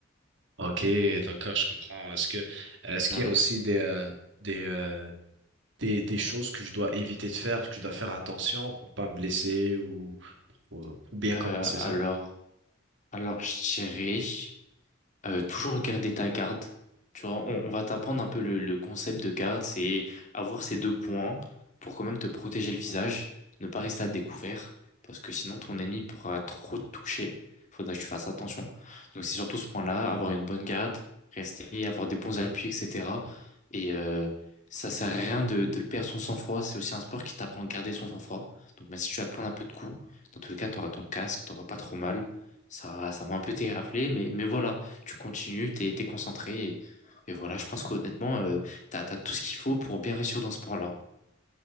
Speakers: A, on the right; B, on the left.
A: Ok, d'accord, je comprends. Est-ce que est-ce qu'il
B: Voilà.
A: y a aussi des euh, des euh, des, des choses que je dois éviter de faire, que je dois faire attention pour pas me blesser ou, ou pour bien
B: Euh,
A: commencer
B: alors,
A: ça?
B: alors, je dirais. Euh, toujours regarder ta garde. Tu vois, on, on va t'apprendre un peu le, le concept de garde, c'est avoir ces deux points pour quand même te protéger le visage, ne pas rester à découvert, parce que sinon ton ennemi pourra trop te toucher. Faudra que tu fasses attention. Donc c'est surtout ce point-là, avoir une bonne garde, rester, avoir des bons appuis, etc. Et euh, ça sert à rien de, de perdre son sang-froid. C'est aussi un sport qui t'apprend à garder son sang-froid. Donc même si tu vas te prendre un peu de coups, dans tous les cas, tu auras ton casque, t'auras pas trop mal. Ça, ça m'a un peu déraflé, mais, mais voilà tu continues, t'es, t'es concentré. Et, et voilà, je pense qu'honnêtement, euh, t'as, t'as tout ce qu'il faut pour bien réussir dans ce sport-là.